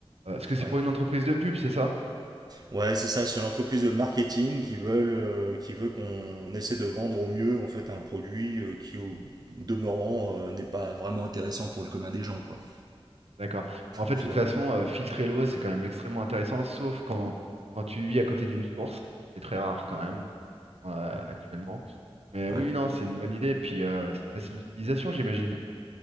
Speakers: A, on the right; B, on the right.
A: Euh, parce que c'est
B: Ouais.
A: pour une entreprise de pub, c'est ça?
B: Ouais, c'est ça, c'est une entreprise de marketing qui veulent, euh, qui veut qu'on essaie de vendre au mieux en fait un produit euh, qui au demeurant euh, n'est pas vraiment intéressant pour le commun des gens quoi.
A: D'accord. En fait,
B: Tu
A: de toute
B: vois?
A: façon, euh, filtrer l'eau, c'est quand même extrêmement intéressant, sauf quand, quand tu vis à côté d'une source, ce qui est très rare quand même, euh, actuellement. Mais oui,
B: Ouais.
A: non, c'est une bonne idée. Puis, euh, c'est facile d'utilisation, j'imagine.